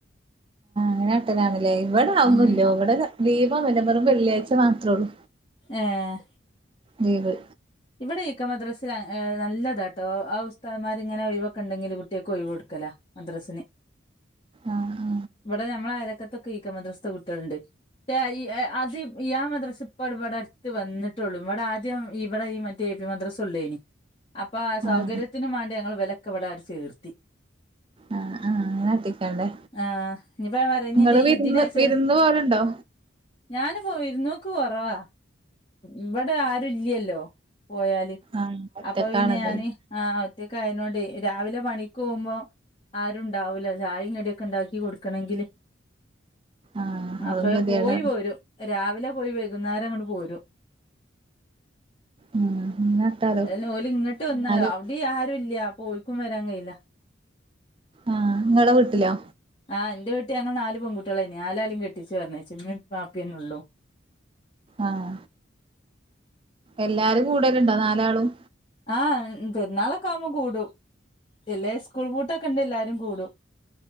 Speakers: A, on the right (about 25°); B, on the left (about 30°).
A: അങ്ങനാട്ടലാണല്ലേ, ഇവിടെ അതൊന്നില്ല,
B: ഉം
A: ഇവിടെ ലീവ് ഒന്നൂല്ല, വെറും വെള്ളിയാഴ്ച മാത്രേ ഉള്ളൂ.
B: ആഏ
A: ലീവ്
B: ഇവിടെ ഇ. കെ മദ്രാസിൽ നല്ലതാട്ടോ, ആ ഉസ്തന്മാരിങ്ങനെ ഒഴിവൊക്കെ ഉണ്ടെങ്കിൽ കുട്ടിയാക്ക് ഒഴിവ് കൊടുക്കും. മദ്രസിന്,
A: ആഹ്
B: ഇവിടെ നമ്മളെ അയലോകത്ത് ഇ. കെ മദ്രസത്തെ കുട്ടികളുണ്ട് അത് ആ ഈ മദ്രസ ഇപ്പ ഇവിടെ അടുത്ത് വന്നിട്ടുള്ളൂ, ഇവിടെ ആദ്യം ഈ ഈ മറ്റ എ പി മദ്രസ ഉള്ളയിനി, അപ്പൊ ആ സൗകര്യത്തിന്
A: ആഹ് ആഹ്
B: വേണ്ടി നങ്ങൾ ഇവലൊക്കെ ഇവിടങ് ചേർത്തി.
A: ആഹ് ആഹ് അങ്ങനെ കാട്ടിക്കാണ്ടേ
B: ആഹ നാനിപ്പ
A: ഇങ്ങള് വിരുന്ന്
B: ഇതിനെ ചേർ
A: വിരുന്ന് പോവലുണ്ടോ
B: ഞാന പോ വിരുന്നോക്ക് കൊറവാ, ഇവിടെ ആരു ഇല്ലല്ലോ. പോയാല്
A: ആഹ് ഒറ്റക്കാണല്ലല്ലേ
B: അപ്പൊ പിന്നെ ഞാന് ആ ഒറ്റക്ക് ആയതോണ്ട്, രാവിലെ പണി ക്ക് പോവുമ്പോ ആരും ഇണ്ടാവൂല, ചായും കടിയൊക്കെ ഉണ്ടാക്കി കൊടുക്കണങ്കിൽ
A: ആഹ്
B: അപ്പൊ
A: അതും ഗതികേടാണ്
B: പോയി പോരും രാവിലെ പോയി വൈകുന്നേരം, അങ്ങട് പോരും.
A: ഉം അങ്ങനെ കാട്ടാലോ
B: അ ഓലും ഇങ്ങോട്ട് വന്നാ,
A: എന്നാലും
B: അവിടെ ആരും ഇല്ല അപ്പൊ ഓൽക്കും വരാൻ കഴയില്ല.
A: ആഹ ഇങ്ങളെ വീട്ടിലോ
B: ആ എന്റെ വീട്ടിൽ ഞങ്ങൾ നാല് പെൺകുട്ടികളായിരുന്നു, നാല് ആളീം കെട്ടിച്ചു പറഞ്ഞയച്ചു, ഇമ്മി വാപ്പീ തന്നെ ഉള്ളു.
A: ആഹ എല്ലാരും കൂടൽ ഇണ്ടോ, നാലാളും?
B: ആഹ പെരുന്നാളൊക്കെ ആവുമ്പോ കൂടും, ഇല്ലേ സ്കൂൾ പൂട്ടൊക്കെ ഇണ്ടെ എല്ലാരും കൂടും.